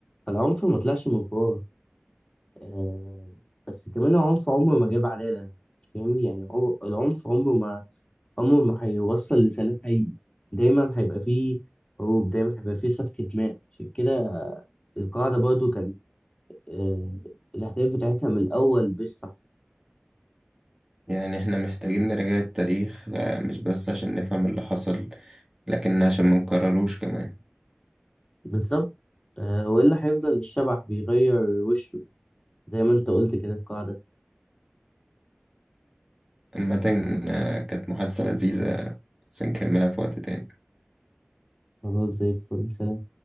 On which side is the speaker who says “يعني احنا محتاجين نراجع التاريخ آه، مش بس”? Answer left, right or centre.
Right